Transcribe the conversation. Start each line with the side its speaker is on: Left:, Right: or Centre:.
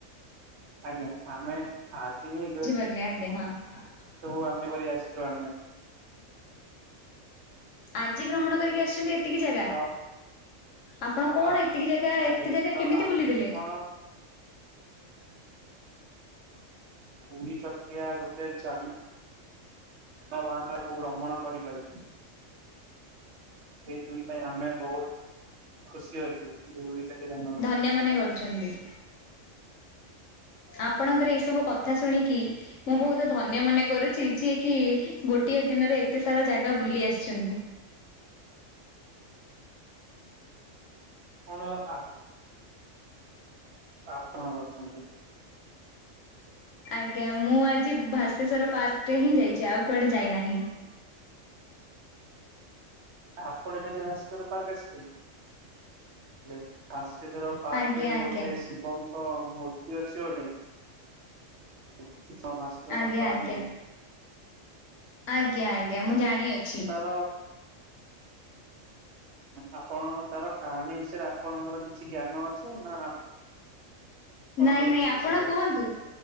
Right: ଆଜ୍ଞା ଆମେ ଆଜି ହିଁ ଗ୍ର
Left: <unintelligible> ଆଜ୍ଞ ହଁ ହଁ।
Right: ସବୁ ଆମେ କରି ଆସିଛୁ ଆମେ।
Left: ଆଜି ଭ୍ରମଣ
Right: ଆଜ୍ଞା
Left: କରିକି ଆସିୁଛନ୍ତି ଏତିକି ଜାଗା?
Right: ତ
Left: ଆପଣ କଣ
Right: ଆପ
Left: ଏତିକି ଜାଗା
Right: ଆଜ୍ଞା
Left: ଏତେ ଜାଗା
Right: ତ
Left: କେମିତି
Right: ଆପଣ
Left: ବୁଲିଦେଲେ?
Right: ଦୁଇ ଚକିଆ ଗୋଟେ ଜ ଜାନ ବାହାନ <unintelligible> ଭ୍ରମଣ କରିପାରିବୁ। ଏଇ ଦୁଇ ପାଇଁ ଆମେ ବହୁତ ଖୁସି ଅଛୁ। ଦୁଇ ଚକିଆ ଯାନ। ପାଇଁ
Left: ଧନ୍ୟ ମନେ କରୁଛନ୍ତି। ଆପଣଙ୍କର ଏ ସବୁ କଥା ଶୁଣିକି
Right: ଆଜ୍ଞା
Left: ମୁଁ ବହୁତ, ଧନ୍ୟ ମନେ କରୁଛି ଯିଏ କି ଗୋଟିଏ ଦିନରେ ଏତେ ସାରା ଜାଗା ବୁଲି ଆସିଛନ୍ତି।
Right: କଣ ଆପ ଆପଣ କରିଛନ୍ତି।
Left: ଆଜ୍ଞା ମୁଁ ଆଜି ଭାସ୍କେଶ୍ୱର ପାର୍କ ରେ ହିଁ ଯାଇଛି। ଆଉ କୁଆଡେ ଯାଇନାହିଁ।
Right: ଆପଣ ଏବେ ଯ ଭାସ୍କର ପାର୍କ ଆସିଥିଲେ? ହେ ବାାସ୍କେଶ୍ଵର ପାର୍କରେ
Left: ଆଜ୍ଞା ଆଜ୍ଞା
Right: ଗୋଟେ ଶିବଙ୍କ ମୂର୍ତ୍ତି ଅଛି ଗୋଟେ <unintelligible>
Left: ଆଜ୍ଞା ଆଜ୍ଞା ଆଜ୍ଞା ଆଜ୍ଞା ମୁଁ ଜାଣିଅଛି
Right: ତ ଆପଣଙ୍କ ତାର କାହାଣୀ ବିଷୟରେ ଆପଣଙ୍କର କିଛି ଜ୍ଞାନ ଅଛି ନା ଆପଣଙ୍କର
Left: ନାଇଁ ନାଇଁ
Right: କିଛି
Left: ଆପଣ
Right: ବିଷୟରେ
Left: କୁହନ୍ତୁ